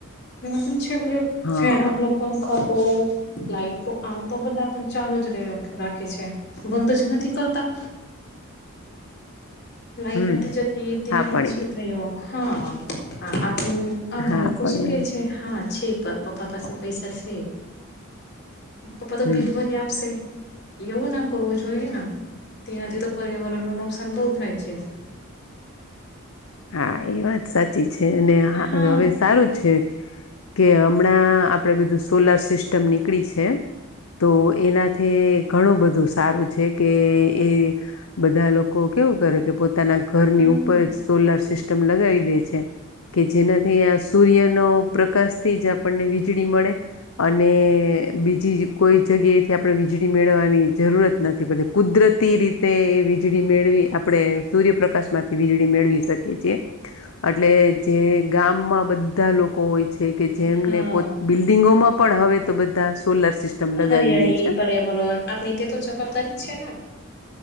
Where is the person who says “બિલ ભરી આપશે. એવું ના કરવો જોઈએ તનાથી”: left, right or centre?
Left